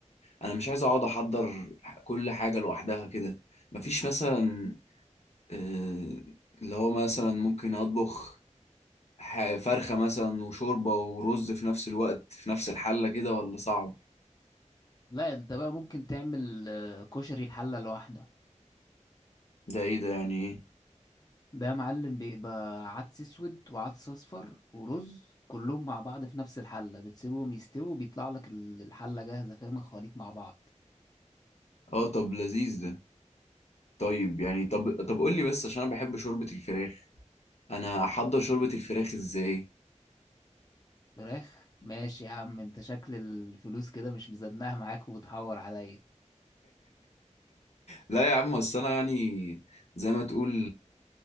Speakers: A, on the left; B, on the left.
A: انا مش عايز اقعد احضر كل حاجه لوحدها كده مفيش مثلا آه، اللي هو مثلا ممكن اطبخ ح- فرخة مثلا وشوربة ورز في نفس الوقت في نفس الحلة كده ولا صعب
B: لا انت بقى ممكن تعمل آه، كشري الحلة لوحدك
A: ده ايه ده يعني ايه
B: ده يا معلم بيبقى عدس اسود وعدس اصفر ورز كلهم مع بعض في نفس الحله بتسيبهم يستووا بيطلع لك ال- الحله جاهزه فاهم الخليط مع بعض
A: اه طب لذيذ ده طيب يعني طب طب قول لي بس عشان انا بحب شوربة الفراخ انا احضر شوربة الفراخ ازاي
B: فراخ ماشي يا عم انت شكل الفلوس كده مش مزنقه معاك وبتحور عليا
A: لا يا عم اصل انا يعني زي ما تقول